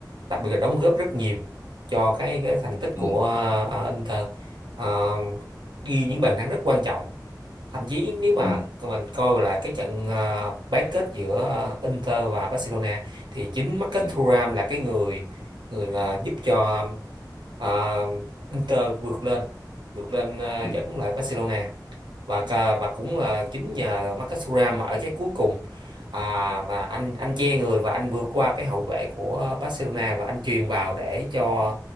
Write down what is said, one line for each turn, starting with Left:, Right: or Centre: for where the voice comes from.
Right: đặc biệt là đóng góp rất nhiều cho cái cái thành tích
Left: Ừ.
Right: của ờ, Inter Ờ, ghi những bàn thắng rất quan trọng thậm chí nếu mà
Left: Ừ. Ừ.
Right: mình coi lại cái trận ờ, bán kết giữa ờ, Inter và Barcelona thì chính Marcus
Left: Ừ.
Right: Thuram là cái người người là giúp cho ờ, Inter vượt lên vượt lên ờ,
Left: Ừ.
Right: dẫn lại Barcelona và ca- và cũng là chính nhờ Marcus Thuram mà ở trái cuối cùng à, mà anh anh che người và anh vượt qua cái hậu vệ của Barcelona và anh chuyền vào để cho